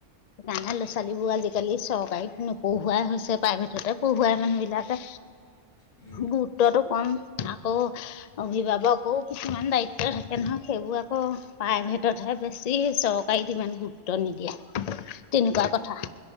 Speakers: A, on the left (about 55°); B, on the left (about 80°).
A: ডাঙৰ ল' ছোৱালী
B: উম
A: বোৰ আজিকালি চৰকাৰীত নপঢ়ুৱাই হৈছে প্ৰাইভেটতে পঢ়ুৱাই মানুহ াকে
B: উম,
A: গ <unintelligible> কম আকৌ অভিভাৱকো কিছুমান দায়িত্ব থাকে নহয় সেইবোৰ আকৌ পায়। ভিতত বেছি হৈছে, চৰকাৰীত ইমান গুৰুত্ব নিদিয়ে। তেনেকুৱা
B: হয়
A: কথা
B: হয়